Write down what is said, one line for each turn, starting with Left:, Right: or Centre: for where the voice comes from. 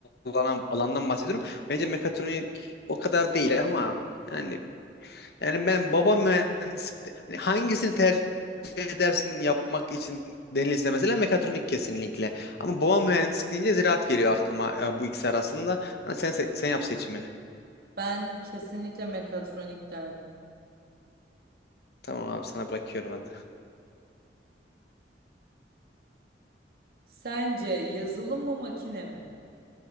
Left: alana, alandan bahsediyorum. Bence mekatronik o kadar değil ama yani yani ben baba mühendislik hani hangisini tercih edersin yapmak için denilse mesela mekatronik kesinlikle. Ama baba mühendislik deyince ziraat geliyor aklıma e, bu ikisi arasında. Ha, sen se- sen yap seçimini.
Right: Ben kesinlikle mekatronik derdim.
Left: Tamam abi sana bırakıyorum hadi.
Right: Sence yazılım mı makine mi?